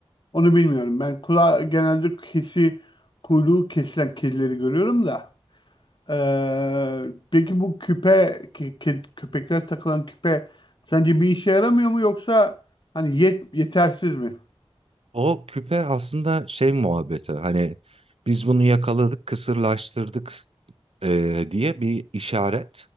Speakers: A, on the left (about 50°); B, on the right (about 75°).
A: Onu bilmiyorum. Ben kulağı genelde kesi, kuyruğu kesilen kedileri görüyorum da. Ee, peki bu küpe, ke- ke- köpekler takılan küpe sence bir işe yaramıyor mu yoksa hani yet, yetersiz mi?
B: O küpe aslında şey muhabbeti hani biz bunu yakaladık, kısırlaştırdık eee, diye bir işaret